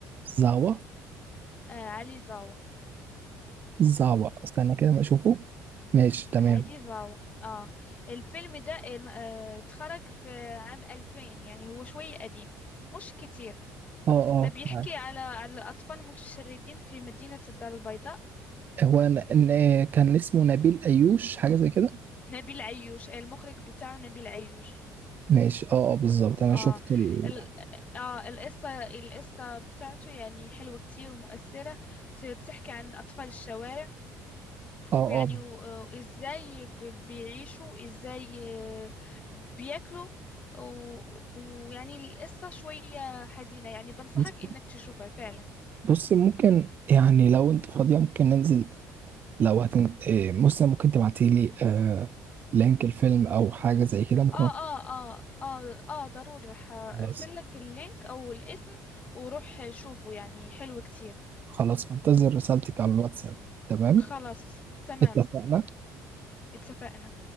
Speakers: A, on the right (about 30°); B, on the left (about 25°).
A: زعوة
B: آه علي زاوة
A: زعوة استنى كده ما اشوفه ماشي تمام
B: علي زاوة اه الفيلم ده آه، اتخرج في عام 2000 يعني هو شوية قديم مش كتير
A: اه اه
B: ده بيحكي
A: فعلا.
B: على على الأطفال المتشردين في مدينة الدار البيضاء
A: هو أنا- إن- كان اسمه نبيل ايوش حاجة زي كده
B: نبيل عيوش آه، المخرج بتاعه نبيل عيوش
A: ماشي اه اه بالظبط انا
B: اه
A: شفت ال...
B: ال... اه القصة القصة بتاعته يعني حلوة كتير ومؤثرة بت- بتحكي عن أطفال الشوارع
A: اه
B: ويعني
A: اه
B: و... آه، وإزاي ب... بيعيشوا إزاي آه، بياكلوا و... ويعني القصة شوية حزينة يعني بنصحك
A: بص
B: إنك تشوفها فعلا
A: بص ممكن يعني لو انت فاضية ممكن ننزل لو هتن... إيه، مثلا ممكن تبعتي لي آه... لينك الفيلم او حاجة زي كده ممكن
B: اه اه اه اه اه ضروري رح ارسل
A: خلاص
B: لك اللينك او الاسم وروح شوفه يعني حلو كتير
A: خلاص انتظر رسالتك على الواتساب تمام
B: خلاص تمام
A: اتفقنا
B: اتفقنا